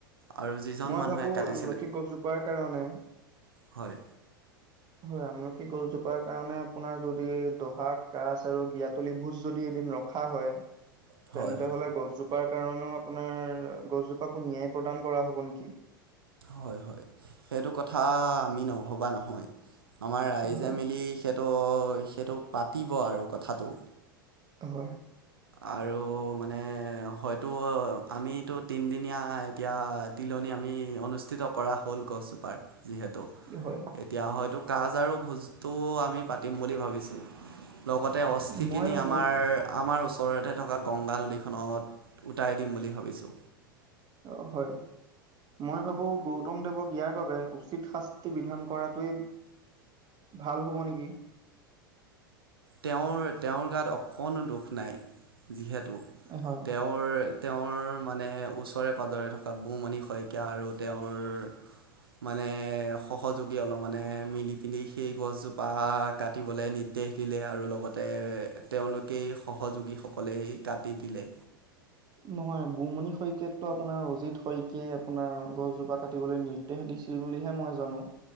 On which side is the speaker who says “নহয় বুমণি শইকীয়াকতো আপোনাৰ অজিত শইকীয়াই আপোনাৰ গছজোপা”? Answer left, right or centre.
Right